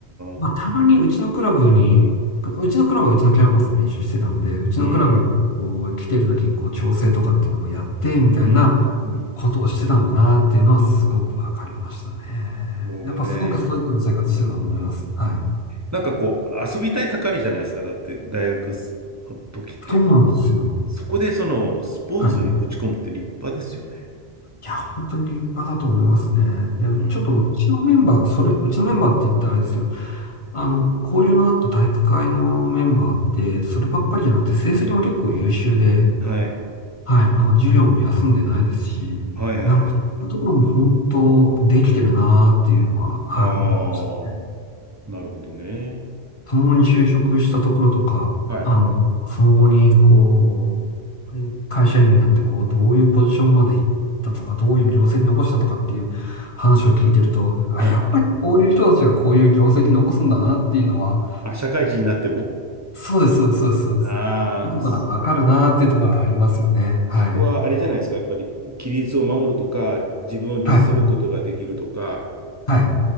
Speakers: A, on the left; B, on the right.
A: まあ、
B: あ、
A: たまにうちのクラブに、うちのクラブはうちのキャンパスで練習してたので、うちのクラブにこう来てる時にこう調整とかっていうのもやって、
B: うん、
A: みたいなことをしてたんだなっていうのはすごくわかりましたね。
B: うん、うん。なるほどね。
A: やっぱすごくストイックな生活してたと思います。はい。
B: なんかこう、遊びたい盛りじゃないですか。だって、大学の時って。
A: そうなんですよ。
B: そこでその、スポーツに打ち込むって立派ですよね。
A: はい。いや、本当に立派だと思いますね。で、うちょっとうちのメンバー、
B: うん。
A: それ、うちのメンバーって言ったらあれですよ。あの、交流のあった体育会のメンバーって、そればっかりじゃなくて、成績も結構優秀で、
B: はい。
A: はい、あの、授業も休んでないですし、
B: はいはいはい。
A: なんか、そういうところも本当、できてるなーっていうのは、はい、
B: ああ。
A: 思いますね。
B: なるほどね。
A: その後に就職したところとか、
B: はい。
A: あの、その後に、こう、会社員になって、こう、どういうポジションまで行ったとか、どういう業績残したとかっていう話を聞いてると、あ、
B: はい。
A: やっぱりこういう人たちがこういう業績残すんだなっていうのは、
B: あ、社会人になっても
A: そうです、そうです、そうです、そうです。
B: ああー、
A: どこからわかるなっていうところがありますよね。
B: そ
A: はい。
B: そこはあれじゃないですか。やっぱり、規律を守るとか、自分を律することができるとか、
A: はい。はい。